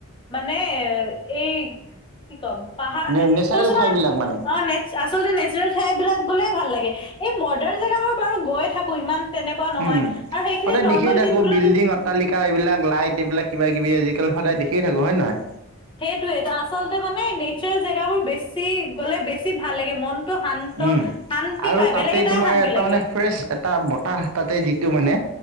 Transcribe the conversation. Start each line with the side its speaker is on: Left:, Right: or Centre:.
Left: মানে এই কি কম? পাহা
Right: নে নেচাৰেল
Left: কৈছো নহয়
Right: ঠাইবিলাক মানে
Left: অঁ নে চা আচলতে নেচাৰেল ঠাই বিলাক গ'লে ভাল লাগে। এই মডাৰ্ণ জেগাবোৰ বাৰু গৈ থাকো ইমান তেনেকুৱা নহয়।
Right: উম উম
Left: আৰু সেইখিনি
Right: সদায়
Left: নৰ্মেল
Right: দেখিয়ে থাকো
Left: দিনবোৰত
Right: বিল্ডিঙ, অ ট্টালিকা এইবিলাক লাইট এইবিলাক কিবা-কিবি আজিকালি সদায় দেখিয়ে থাকো হয় নহয়?
Left: সেইটোৱেটো আচলতে মানে নেচাৰেল জেগাবোৰ বেছি, গ'লে বেছি ভাল লাগে মন টো শান্ত,
Right: উম
Left: শান্তি
Right: আৰু
Left: পায়,
Right: তাতে
Left: বেলেগ এটাই
Right: তোমাৰ
Left: শান্তি
Right: এটা
Left: লাগে।
Right: মানে ফ্ৰেছ এটা বতাহ তাতে যিটো মানে,